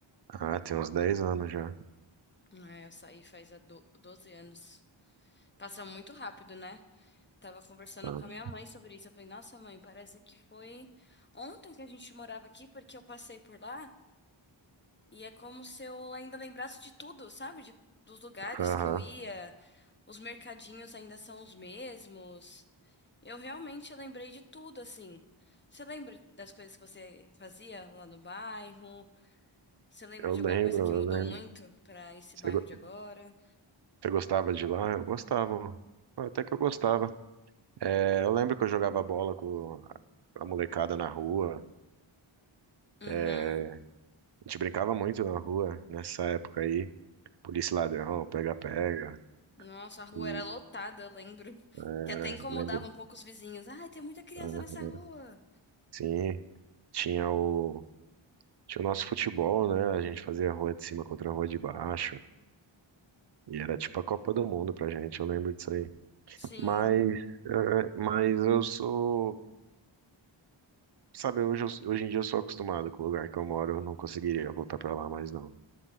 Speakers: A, on the right; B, on the left.
A: Ah, tem uns dez anos já.
B: Ah, eu saí faz há do- 12 anos. Passa muito rápido, né? Tava conversando
A: Nossa.
B: com a minha mãe sobre isso. Eu falei, nossa, mãe, parece que foi ontem que a gente morava aqui, porque eu passei por lá. E é como se eu ainda lembrasse de tudo, sabe? De, dos lugares
A: Aham,
B: que eu ia, os mercadinhos ainda são os mesmos. Eu realmente lembrei de tudo, assim. Você lembra das coisas que você fazia lá no bairro? Você lembra
A: Eu
B: de
A: lembro,
B: alguma coisa
A: eu
B: que mudou
A: lembro.
B: muito pra esse
A: Você
B: bairro
A: go-
B: de agora?
A: você gostava de lá? Eu gostava. Até que eu gostava. É, eu lembro que eu jogava bola com a molecada na rua.
B: Uhum.
A: É, a gente brincava muito na rua nessa época aí. Polícia e ladrão, pega-pega.
B: Nossa, a rua
A: E
B: era lotada, eu lembro. <laughs>
A: era,
B: Que até incomodava
A: lembra?
B: um pouco os vizinhos. Ai, tem muita criança
A: Aham.
B: nessa rua.
A: Sim, tinha o. Tinha o nosso futebol, né? A gente fazia a rua de cima contra a rua de baixo. E era tipo a Copa do Mundo pra gente, eu lembro disso aí.
B: Sim.
A: Mas, eh, mas eu sou. Sabe, hoje, eu- hoje em dia eu sou acostumado com o lugar que eu moro, eu não conseguiria voltar pra lá mais não.